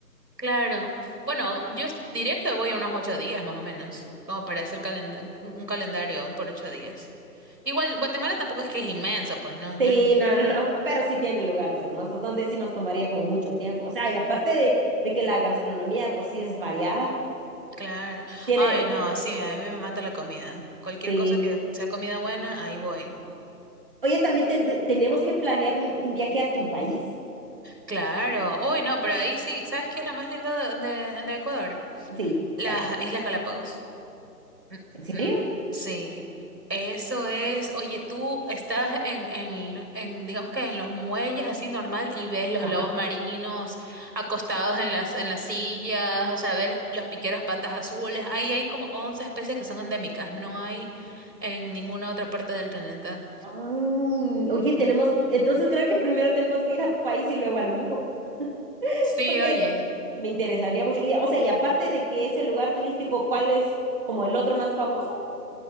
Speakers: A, on the right; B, on the right.
A: claro. Bueno, yo s- diría que voy unos ocho días más o menos, como para hacer calen- un un calendario por ocho días. Igual, Guatemala tampoco es que es inmenso, pues, ¿no? Yo
B: Sí,
A: no-
B: no, no, no, pero sí tiene lugares hermosos donde sí nos tomaría como mucho tiempo. O sea, y aparte de, de que la gastronomía pues sí es variada,
A: Claro.
B: tiene,
A: Ay, no, sí, a mí me mata la comida. Cualquier
B: sí.
A: cosa que sea comida buena, ahí voy.
B: Oye, también ten- te- tenemos que planear un, un viaje a tu país.
A: Claro. Uy, no, pero ahí sí, ¿sabes qué es lo más lindo de, de- de Ecuador?
B: Sí,
A: Las
B: ¿cuál?
A: Islas Galápagos. Mm,
B: ¿En serio?
A: mm, mm. sí. Eso es, oye, tú estás en, en, en, digamos que en los muelles así normal y ves los
B: Ajá.
A: lobos marinos acostados en las, en las sillas, o sea, ves los, los piqueros patas azules. Ahí hay como 11 especies que son endémicas, no hay en ninguna otra parte del planeta.
B: Ay, oye, tenemos,
A: Sí,
B: entonces creo que primero tenemos que ir a tu país y luego al mío, <laughs>
A: Sí,
B: porque
A: oye.
B: sí, me interesaría mucho. Y, o sea, y aparte de que ese lugar turístico, ¿cuál es como el otro más famoso?